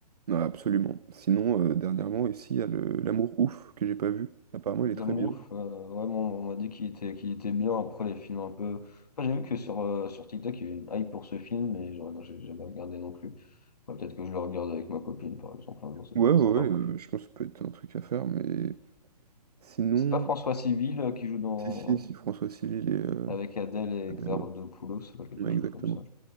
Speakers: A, on the right (about 70°); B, on the left (about 70°).
A: Non, absolument. Sinon, euh, dernièrement, ici, il y a le- L'Amour Ouf, que j'ai pas vu. Apparemment, il est
B: L'Amour,
A: très bien.
B: euh, ouais, bon, on m'a dit qu'il était, qu'il était bien. Après, les films un peu. Enfin, j'ai vu que sur, euh, sur TikTok, il y a eu une hype pour ce film, mais genre, non, j'ai jamais regardé non plus. Ouais, peut-être que je le regarde avec ma copine, par exemple. un jour, ça
A: Ouais,
B: pourrait
A: ouais,
B: être sympa.
A: ouais, euh, je pense que ça peut être un truc à faire, mais sinon...
B: C'est pas François Civil euh, qui joue dans.
A: Si, si, si, François Civil et euh,
B: Avec Adèle et
A: Adèle,
B: Exarchopoulos,
A: ouais.
B: ou quelque
A: Ouais,
B: chose
A: exactement.
B: comme ça.